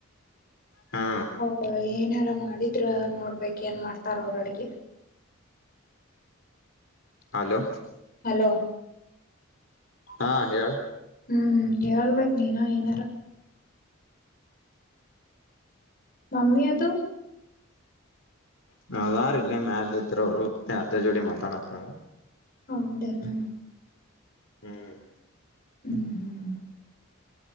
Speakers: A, on the left; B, on the left.
A: ಹಾ
B: ಹ ಏನಾರ ಮಾಡಿದ್ರ ನೋಡ್ಬೇಕ ಏನ್ ಮಾಡ್ತಾರ ಅವ್ರ ಅಡಗಿ
A: ಹಲೋ
B: ಹಲೋ
A: ಹಾ ಹೇಳ
B: ಹ್ಮ್ ಹೇಳ್ಬೇಕು ನೀನು ಏನಾರ ಮಮ್ಮಿ ಅದು
A: ಅದಾರ ಇಲ್ಲಿ ಮ್ಯಾಲ ಇದ್ರ ಅವ್ರು ಯಾರ ಜೋಡಿ ಮಾತಾಡಕತಾರ ಅವ್ರು
B: ಹೌದೇನಾ
A: ಹ್ಮ್
B: ಹ್ಮ್ ಹ್ಮ್